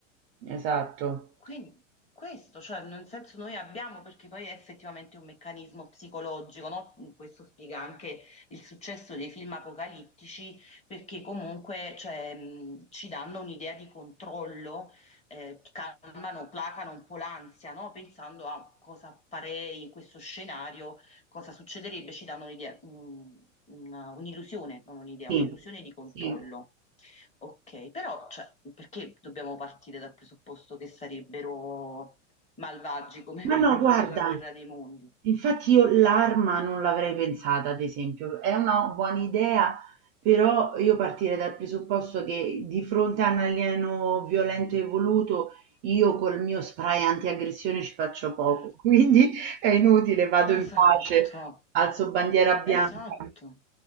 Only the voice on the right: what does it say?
esatto.
Sì,
sì.
Ma
no, guarda.
Infatti io l'arma non l'avrei pensata, ad esempio. È una buona idea, però io partirei dal presupposto che di fronte a un alieno violento e voluto, io col mio spray antiaggressione ci faccio poco.
<laughs> Quindi è inutile, vado
in pace, alzo bandiera bianca